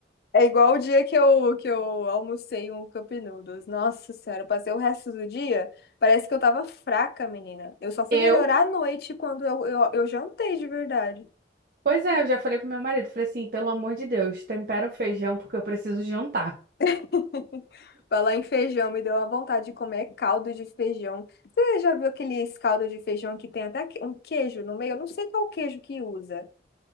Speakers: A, on the left (about 60°); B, on the right (about 50°).
A: É igual o dia que eu, que eu almocei um Cup Noodles. Nossa Senhora, eu passei o resto do dia, parece que eu tava fraca, menina. Eu só fui
B: Eu?
A: melhorar à noite quando eu, eu, eu jantei de verdade.
B: Pois é, eu já falei pro meu marido. Falei assim, pelo amor de Deus, tempera o feijão porque eu preciso jantar.
A: <laughs> Falar em feijão, me deu uma vontade de comer caldo de feijão. Você já viu aqueles caldo de feijão que tem até que- um queijo no meio? Eu não sei qual queijo que usa,